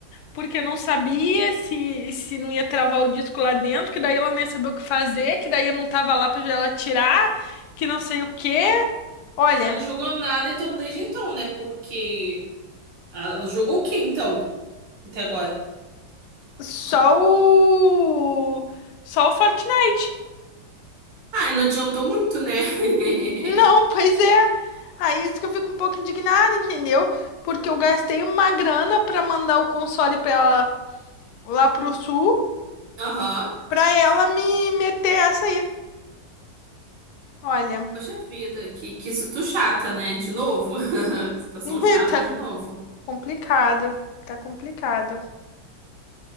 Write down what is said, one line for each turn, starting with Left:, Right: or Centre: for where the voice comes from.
Left: porque não sabia se, se não ia travar o disco lá dentro, que daí ela não ia saber o que fazer, que daí eu não tava lá pra ela tirar, que não sei o quê. Olha,
Right: Mas não jogou nada então desde então, né? Porque ah, não jogou o que então? Até agora.
Left: só o. Só o Fortnite.
Right: Ah, e não adiantou muito, né? <laughs>
Left: Não, pois é. Aí é isso que eu fico um pouco indignada, entendeu? Porque eu gastei uma grana pra mandar o console pra ela lá pro sul,
Right: Aham.
Left: pra ela me meter essa aí. Olha,
Right: Poxa vida, que, que isso tu chata, né? De novo. <laughs> Que Situação
Left: <laughs>
Right: chata
Left: tá
Right: de novo.
Left: complicado, tá complicado.